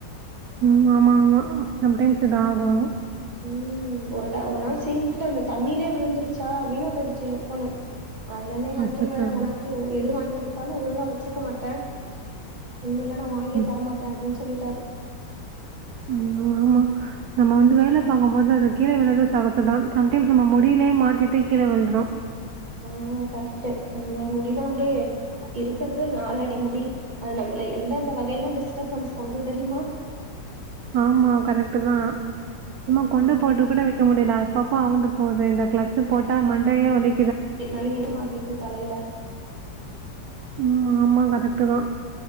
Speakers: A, on the right; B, on the right.
A: ஆமா ஆமா ஆமா சம்டைம்ஸ் இது ஆகு
B: உம் ஒருட ஒரு நாள் சிங்க்லருந்த த ண்ணிலே விழுந்துருச்சா வீணா போயிடுச்சு ஹெட்ஃபோனு அதுலந்தே ஹஸ்பண்ட்
A: அச்சச்சோ!
B: வேர ஒனக்கு ஒ எது வாங் குடுத்தாலு ஒழுங்கா வச்சுக்க மாட்டே இனிமெல்லா நா வாங்கியே
A: ம்.
B: தரமாட்டே அப்டின் சொல்லிட்டாரு
A: ஐயோ ஆமா நம்ம வந்து வேல பாக்கும் போது அத கீழே விழுந்து சகஜதா சம்டைம்ஸ் நம்ம முடியிலே மாட்டிட்டு கீழ விழுந்துரு
B: ஆ கரெக்ட்டு நம்ம முடிதா அப்டே இருக்கறது ஒர் நாலடி முடி அது நம்மள எந்தந்த வகையெல்லா டிஸ்டர்பன்ஸ் பண்து தெரியுமா
A: ஆமா கரெக்ட்டு தா சும்மா
B: ம்
A: கொண்ட போட்டு கூட வைக்க முடில அ பப்பா அவுந்து போது இந்த க்ளச்சுப் போட்டா மண் டையே வலி
B: நழுவில இது மாட்டு இது தலையில
A: ம் ஆமா கரெக்ட்டு தா